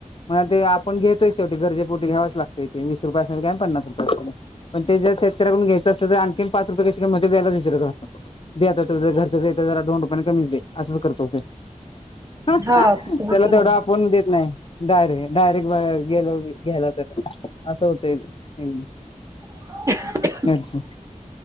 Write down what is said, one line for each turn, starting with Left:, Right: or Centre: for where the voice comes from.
Left: मग ते आपण घेतोय शेवटी गरजेपोटी घ्यावंच लागतयं ते वीस रुपयासाठी का आणि पन्नास रुपया पण ते जर शेतकऱ्याकडुन घ्यायचं असलं तर आणखी पाच रुपय मध्ये देशील का त्यालाच विचारतो. दे आता तुझं घरचंच आहे तर जरा दोन रुपयाने कमीच दे असंच करतो. त्याला
Right: हा तसं होतं
Left: तेवढा
Right: ना
Left: आपण देत नाय. डायरे डायरेक्ट बघायला गेलो की घ्याया लावत्यात ति असं होतयं ते
Right: <inaudible>
Left: <unintelligible>